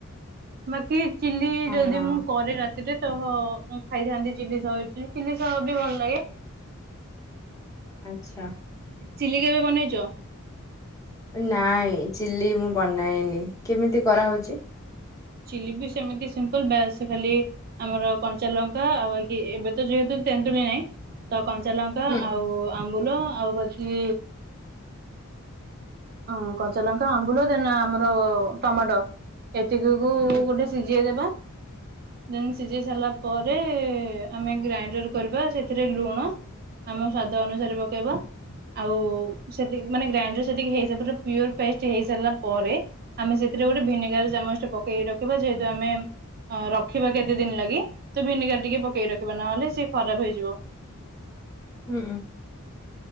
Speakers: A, on the right (about 45°); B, on the left (about 15°).
A: ବାକି। ଚିଲି
B: ହଁ।
A: ଯଦି ମୁଁ କରେ ରାତିରେ ଖାଇଥାନ୍ତି ଚିଲି ସା ଇଟ ଚିଲି ସାହ ବି ଭଲ ଲାଗେ।
B: ଆଚ୍ଛା।
A: ଚିଲି କେବେ ବନେଇଛ?
B: ନାଇଁ ଚିଲି ମୁଁ ବନାଇନି କେମିତି କରାହଉଛି?
A: ଚିଲି ବି ସେମତି ସିମ୍ପଲ ଖାଲି ଆମର କଞ୍ଚାଲଙ୍କା ଆଉ ଏବେ ତ ଯେହେତୁ ତେନ୍ତୁଳି ନାହିଁ ତ କଞ୍ଚାଲଙ୍କା
B: ହୁଁ
A: ଆଉ ଆମ୍ବୁଲ ଆଉ ପଛି ହ କଞ୍ଚା ଲଙ୍କା ଆମ୍ବୁଲ ଦେନ ଆମର ଟମାଟୋ। ଏତିକି କୁ
B: ହୁଁ
A: ଗୋଟେ ସିଝେଇଦବା। ଦେନ୍ ସିଝେଇ ସାରିଲା ପରେ। ଆମେ ଗ୍ରାଇଣ୍ଡର କରିବା ସେଥିରେ ଲୁଣ ଆମ ସ୍ଵାଦ ଅନୁସାରେ ପକେଇବା ଆଉ ସେ ମାନେ ଗ୍ରାଇଣ୍ଡର ସେତିକି ହେ ପିର ପେଷ୍ଟ ହେଇ ସାରିଲା ପରେ ଆମେ ସେଥିରେ ଗୋଟେ ଭିନେଗାର ଚାମଚ ଟା ପକେଇକି ରଖିବା ଯେହେତୁ ଆମେ ରଖିବା କେତେ ଦିନ ଲାଗି ତ ଭିନେଗାର ଟିକେ ପକେଇ ରଖିବା ନହେଲେ ସି ଖରାପ ହେଇଯିବ।
B: ହୁଁ।